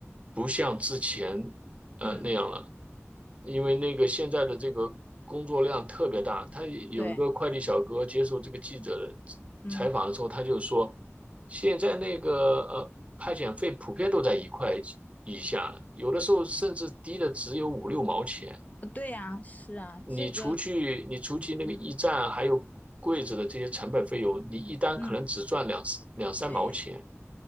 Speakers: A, on the right; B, on the left.
A: 不像之前呃那样了，
B: 嗯，
A: 因为那个现在的这个工作量特别大。他有一个快递小哥接受这个记者的
B: 对，嗯，
A: 采访的时候，他就说，现在那个呃派遣费普遍都在一块以下，有的时候甚至低的只有五六毛钱。
B: 对呀，是啊，
A: 你除去你除去那个驿站还有柜子的这些成本费用，
B: 这个，嗯
A: 你一单可能只赚两两三毛钱。
B: 嗯，对。